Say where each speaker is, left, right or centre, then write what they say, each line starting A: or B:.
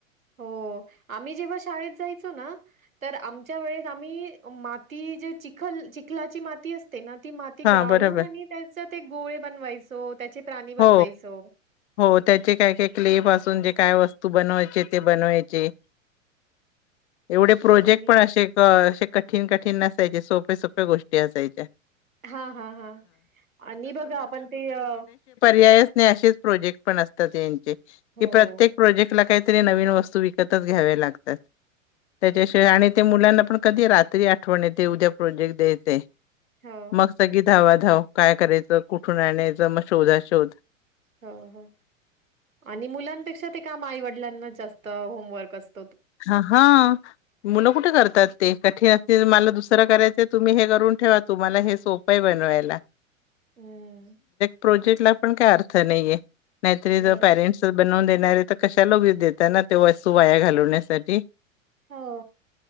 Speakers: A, on the right (about 85°); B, on the left (about 60°).
A: हो आम्ही जेव्हा शी शाळेत जायचो ना तर आमच्या वेळेस आम्ही माती जे चिखल चिखलाची माती असते ना ती माती
B: हा
A: गाळून
B: बरोबर
A: आणि त्याच्यात ते गोळे बनवायचे. चो त्याचे प्राणी बनवायचो
B: हो हो त्याचे काय काय क्ले पासून जे काय वस्तू तू बनवायचे ते बनवायचे एवढे प्रोजेक्ट
A: आणि
B: पण आशे कशे कठीण कठीण नसायचे सोपे सोपे गोष्टी असायच्या
A: हा, हा, हा आणि बघा आपण ते अ
B: हे आहेस नी असेच प्रोजेक्ट पण असतात त्यांचे
A: हो,
B: कि प्रत्येक प्रोजेक्ट ला काय तरी नवीन वस्तू विकतच घ्याव्या लागतात. त्याच्याशिवाय
A: हो,
B: आणि ते मुलांना पण कधी रात्री आठवण येते उद्या प्रोजेक्ट द्या येतय.
A: हो,
B: मग सगळी धावा धाव काय करायचं कुठून आणायचं मग शोधा शोध
A: हो, हो आणि मुलांपेक्षा ते काम आईवडिलांना जास्त होमवर्क असत
B: हा, हा मुलं कुठे करतात? ते कठीण असतील मला दुसरं करायचं तुम्ही हे करून ठेवा तुम्हाला हे सोपये बनवायला.
A: हम्म
B: प्रोजेक्ट ला पण काही अर्थ नाहीे हे नैतर ज
A: बरं.
B: पेरेन्ट्स बनवून दे देणार हे तर कशाला उगी देता ना दिवस वाया घालवण्यासाठी साठी
A: हो